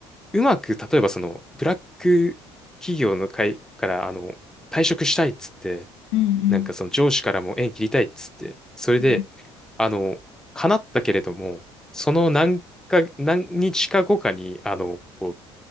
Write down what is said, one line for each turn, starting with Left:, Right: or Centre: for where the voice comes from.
Centre: うまく、例えばその、ブラック企業の会から、あの、退職したいっつって、
Left: うん、うん。
Centre: なんかその上司からも縁切りたいっつって、それで、
Left: うん、
Centre: あの、叶ったけれども、その何か、何日か後かに、あの、こう、